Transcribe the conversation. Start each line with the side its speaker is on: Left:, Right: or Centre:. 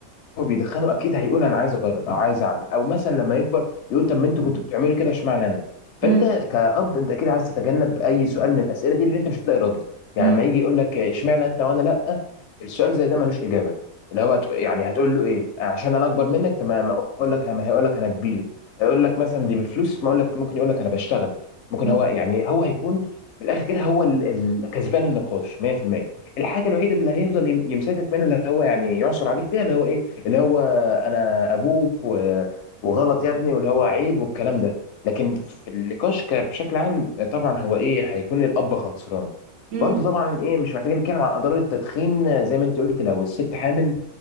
Left: وبيدخنوا اكيد هيقول انا عايز اجرب او عايز اعمل او مثلا لما يكبر يقول طب ما انتوا كنتوا بتعملوا كده اشمعنى انا
Right: مم.
Left: فانت كأب انت اكيد عايز تتجنب اي سؤال من الاسئله دي اللي انت مش هتلاقي رد يعني
Right: مم.
Left: لما يجي يقول لك اشمعنى انت وانا لا السؤال زي ده ملوش اجابه اللي هو هتق- يعني هتقول له ايه عشان انا اكبر منك تمام اقول لك ما هيقول لك انا كبير هيقول لك مثلا دي بفلوس ما اقول لك ممكن يقول لك انا بشتغل ممكن
Right: مم.
Left: هو يعني هو هيكون بالاخر كده هو ال- ال- كسبان النقاش 100% الحاجه الوحيده اللي هيفضل يم- يمسكك منها اللي هو يعني يعثر عليك فيها اللي هو ايه اللي هو انا ابوك و- وغلط يا ابني واللي هو عيب والكلام ده لكن في النقاش ك- بشكل عام طبعا هو ايه هيكون الاب خسران
Right: مم.
Left: برضو طبعا ايه مش محتاجين نتكلم عن اضرار التدخين زي ما انت قلت لو الست حامل